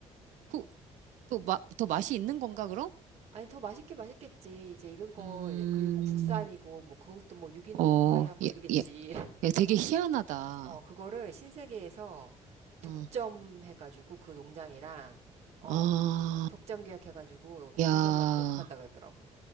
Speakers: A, on the right; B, on the right.
A: 그, 또 마, 더 맛이 있는 건가, 그럼?
B: 아니, 더 맛있게 맛있겠지. 이제 익은 거,
A: 음,
B: 이제 그리고 국산이고, 뭐, 그것도 뭐, 유기농
A: 어,
B: 파파야, 뭐,
A: 야,
B: 이러겠지.
A: 야, 야, 되게 희한하다.
B: 어, 그거를 신세계에서 독점해가지고
A: 어,
B: 그 농장이랑, 어,
A: 아,
B: 독점 계약해가지고 거기서만
A: 야.
B: 공급한다 그러더라고.